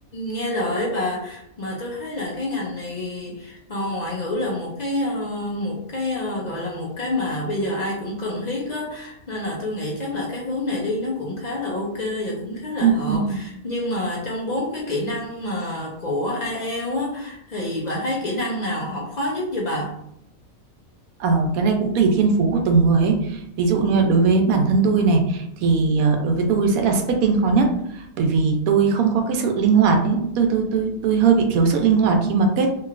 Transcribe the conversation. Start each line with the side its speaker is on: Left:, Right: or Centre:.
Left: nghe lời bà mà tôi thấy là cái ngành này ờ, ngoại ngữ là một cái ờ, một cái ờ, gọi là một cái mà bây giờ ai cũng cần thiết á nên là tôi nghĩ chắc là cái hướng này đi nó cũng khá là ok và cũng khá là
Right: Ừm,
Left: hợp. Nhưng mà trong bốn cái kỹ năng mà của IELTS á, thì bà thấy kỹ năng nào học khó nhất vậy bà?
Right: Ờ, cái này cũng tùy thiên phú của từng người ấy. Ví dụ như đối với bản thân tôi này thì ờ, đối với tôi sẽ là speaking khó nhất bởi vì tôi không có cái sự linh hoạt ấy. Tôi tôi tôi tôi hơi bị thiếu sự linh hoạt khi mà kết